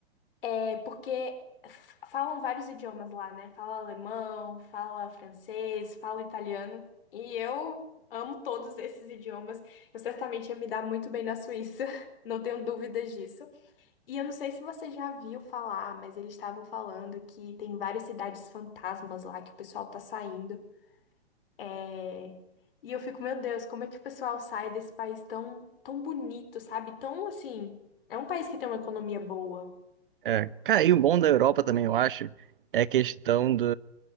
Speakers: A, on the left (about 55°); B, on the right (about 50°).
A: é porque f- falam vários idiomas lá, né? Fala alemão, fala francês, fala italiano. E eu amo todos esses idiomas. Eu certamente ia me dar muito bem na Suíça. <laughs> Não tenho dúvidas disso. E eu não sei se você já viu falar, mas eles estavam falando que tem várias cidades fantasmas lá que o pessoal tá saindo. É, E eu fico, meu Deus, como é que o pessoal sai desse país tão, tão bonito, sabe? Tão assim. É um país que tem uma economia boa.
B: É, cara, e o bom da Europa também, eu acho, é a questão do.